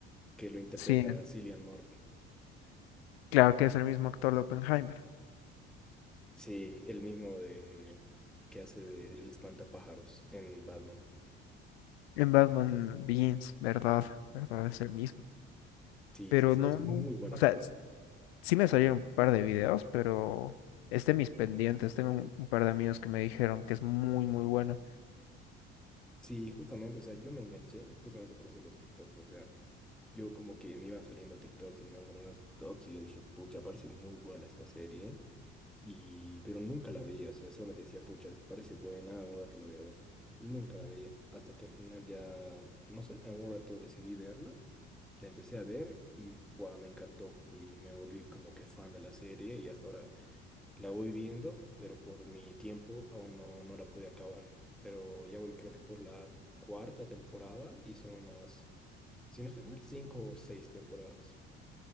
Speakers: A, in the centre; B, on the left (about 80°).
A: que lo interpreta
B: Sí,
A: Cillian Murphy.
B: claro que es el mismo actor de Oppenheimer.
A: Sí, el mismo de que hace de El Espantapájaros en Batman.
B: En Batman Begins, ¿verdad? ¿Verdad? Es el mismo.
A: Sí,
B: Pero
A: sí, sí,
B: no,
A: es muy buen
B: o
A: actor.
B: sea, s- sí me salieron un par de videos, pero es de mis pendientes. Tengo un, un par de amigos que me dijeron que es muy, muy buena.
A: Sí, justamente, o sea, yo me enganché justamente por eso de los TikToks, o sea, yo como que me iban saliendo TikToks y me iban saliendo TikToks y yo dije, pucha, parece muy buena esta serie, y pero nunca la veía, o sea, solamente decía, pucha, parece buena, algún rato la voy a ver, y nunca la veía, hasta que al final ya, no sé, algún rato decidí verla, la empecé a ver y guau, me encantó, y me volví como que fan de la serie y hasta ahora la voy viendo, pero por mi tiempo aún no, no la pude acabar. Pero ya voy, creo que por la cuarta temporada y son unas, si no estoy mal, cinco o seis temporadas.